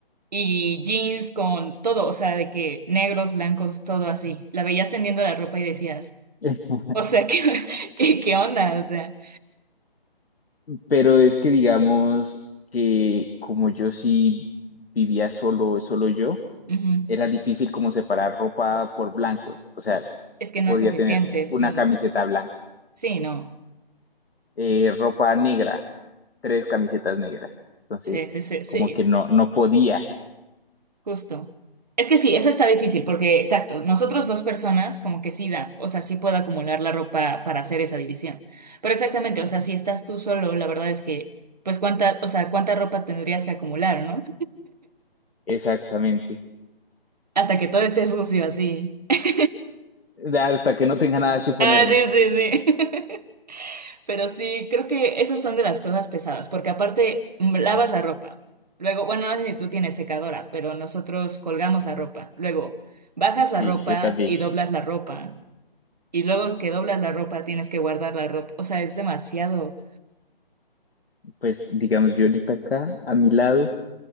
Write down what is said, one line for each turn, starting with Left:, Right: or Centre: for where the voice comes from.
Right: Y jeans con todo, o sea, de que negros, blancos, todo así. La veías tendiendo la ropa y decías...
Left: <laughs>
Right: O sea, <laughs> ¿qué, qué, qué onda? O sea,
Left: Pero es que digamos que como yo sí vivía solo, solo yo,
Right: ujú.
Left: era difícil como separar ropa por blancos. O sea,
Right: Es que no
Left: podía
Right: es suficiente,
Left: tener
Right: sí.
Left: una camiseta blanca,
Right: Sí, no.
Left: eh, ropa negra, tres camisetas negras. Entonces,
Right: Sí, sí, sí, sí,
Left: como que no, no podía
Right: justo. Es que sí, esa está difícil porque, exacto, nosotros dos personas como que sí da, o sea, sí puedo acumular la ropa para hacer esa división. Pero exactamente, o sea, si estás tú solo, la verdad es que, pues cuántas, o sea, cuánta ropa tendrías que acumular, ¿no?
Left: exactamente.
Right: Hasta que todo esté sucio así. <laughs>
Left: Hasta que no tenga nada que ponerme.
Right: Ah, sí, sí, sí. <laughs> Pero sí, creo que esas son de las cosas pesadas, porque aparte mm, lavas la ropa. Luego, bueno, no sé si tú tienes secadora, pero nosotros colgamos la ropa. Luego, bajas
Left: Sí,
Right: la ropa
Left: yo también.
Right: y doblas la ropa. Y luego que doblas la ropa, tienes que guardar la ropa. O sea, es demasiado.
Left: Pues digamos, yo ahorita acá, a mi lado,